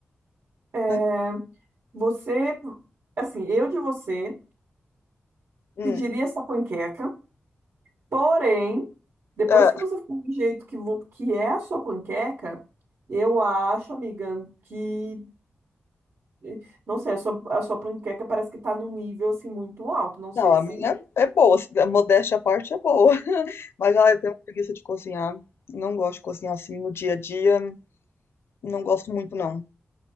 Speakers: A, on the right (about 85°); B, on the left (about 75°).
A: é,
B: não-
A: você, assim, eu de você
B: hum,
A: pediria essa panqueca, porém, depois
B: ah,
A: que você ficou do jeito que, vo- que é a sua panqueca, eu acho, amiga, que, eh, não sei, a sua, a sua panqueca parece que tá num nível, assim, muito alto. Não sei
B: não, a
A: se...
B: minha é boa, se- a modéstia à parte é boa, <laughs> mas, ah, eu tenho preguiça de cozinhar, não gosto de cozinhar assim no dia a dia, não gosto muito, não.